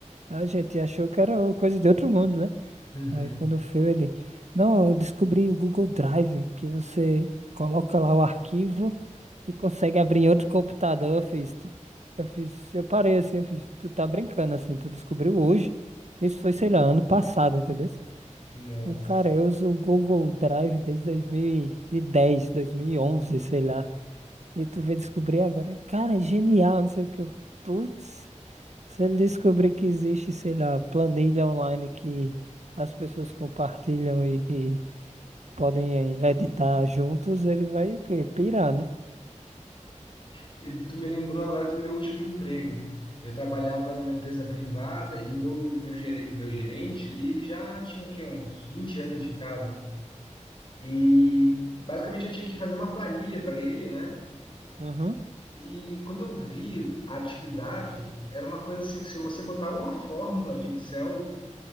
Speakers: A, on the right; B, on the left.
A: A gente achou que era coisa de outro mundo, né?
B: Uhum.
A: Aí quando foi ele. Não, eu descobri o Google Drive, que você coloca lá o arquivo e consegue abrir em outro computador. Eu fiz, tu- eu fiz, eu parei assim, eu fiz, tu tá brincando assim, tu descobriu hoje. Isso foi, sei lá, ano passado, entendeu?
B: Nossa.
A: Eu, cara, eu uso o Google Drive desde 2010, 2011, sei lá. E tu veio descobrir agora. Cara, é genial, não sei o que. eu- Putz, se ele descobrir que existe, sei lá, planilha online que as pessoas compartilham e, e podem eh, editar juntos, ele vai o quê? Pirar, né?
B: E tu me lembrou agora do meu último emprego. Eu trabalhava numa empresa privada e meu, meu, gere- meu gerente ali, ele já tinha o quê? Uns 20 anos de casa. E basicamente eu tinha que fazer uma planilha para ele, né?
A: Uhum.
B: E quando eu vi a atividade, era uma coisa assim que se você botar uma fórmula de Excel,